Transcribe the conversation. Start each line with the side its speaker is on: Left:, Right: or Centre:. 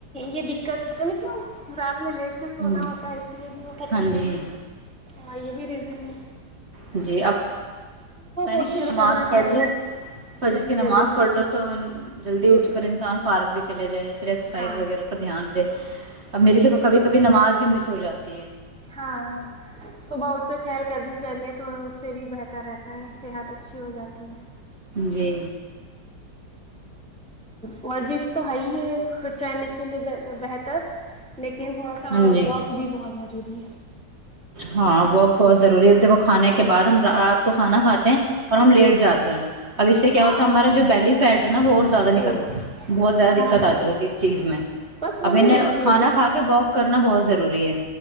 Centre: یہ د کر پت نہیں کیوں رات میں لیٹ سے سونا
Right: ہ
Centre: ہوتا ہے اس لیے بھی وہ پتی
Right: ہاں جی
Centre: ہ یہ بھی ریزن ہ
Right: جی اب ن
Centre: کوشش
Right: کہ نماز
Centre: کرنا
Right: پڑھ
Centre: چاہیے
Right: لو فجر
Centre: کہ
Right: کی نماز
Centre: جلدی اٹھیں
Right: پڑھ لو تو جلدی
Centre: جی
Right: اٹھ کر انسان پارک بھی چلے جائے یا پھر ایکسرسائز
Centre: ہاں
Right: وغیرہ پر دھیان دے اب میری
Centre: جی
Right: تو
Centre: جی
Right: کبھی کبھی نماز بھی مس ہو جاتی ت
Centre: ہاں صبح اٹھ کر چہل کر نہیں کر لی تو اس سے بھی بہتر رہتا ہے صحت اچھی ہو جاتی ہے
Right: جی
Centre: ورزش تو ہے ہی ہے فٹ رہنے کے لیے بہتر لیکن لیکن تھوڑا سا
Right: ہاں جی
Centre: واک بھی بہت ضروری ہے
Right: ہاں بہت بہت ضروری ہے دیکھو کھانے کے کے بعد ہم رات کو کھانا کھاتے ہیں اور ہم لیٹ
Centre: جی
Right: جاتے ہیں اب اس سے کیا
Centre: ہاں
Right: ہوتا ہے ہمارا جو بیلی فیٹ ہے نا وہ زیادہ
Centre: جی
Right: بہت زیادہ دقت
Centre: ہاں
Right: آتی اس چیز میں
Centre: بس وہی
Right: اب نے
Centre: یہی چیز
Right: کھانا
Centre: ہے
Right: کھا کے واک کرنا بہت ضروری ہے